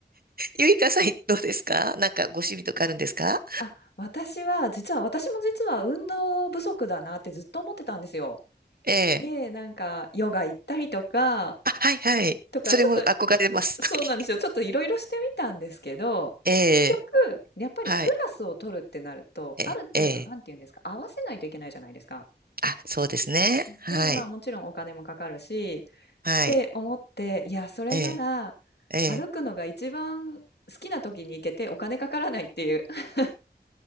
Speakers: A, on the right (about 60°); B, on the left (about 70°).
A: ゆいかさんどうですかなんかご趣味とかあるんですか
B: あ、私は、実は、私も実は運動不足だなってずっと思ってたんですよ。
A: ええ
B: で、なんか、ヨガ行ったりとか、
A: あ、はいはい。
B: とか、
A: それも憧れます。
B: ちょっとそうなんですよ。
A: はい。
B: ちょっといろいろしてみたんですけど、
A: ええ、
B: 結局、やっぱりクラスを取るってなると、
A: はい。ええ、
B: ある程度、
A: ええ。
B: なんていうんですか、合わせないといけないじゃないですか。
A: あ、そうですね。はい。
B: で、まあもちろんお金もかかるし、
A: はい。
B: って思って、いや、それなら、
A: ええ、ええ。
B: 歩くのが一番好きな時に行けてお金かからないっていう <laughs>